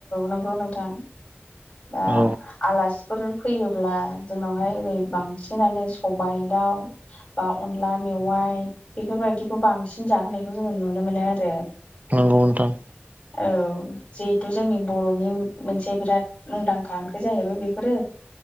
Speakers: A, on the left; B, on the right.
A: नंगौ औ नोंथां दा
B: औ
A: आलासिफोर फैयोब्ला जोंनावहाय ओरै बांसिनानो सबाइ दाउ बा अनला मेवाइ बेफोर फोरबायदिखौ बांसिन जाहोनायखौ जोङो नुनो मोनो आरो
B: नंगौ नोंथां
A: औ जिहेथु जोंनि बर'नि मोनसे बिराद मुंदांखा ओंख्रि जाहैबाय बेफोरो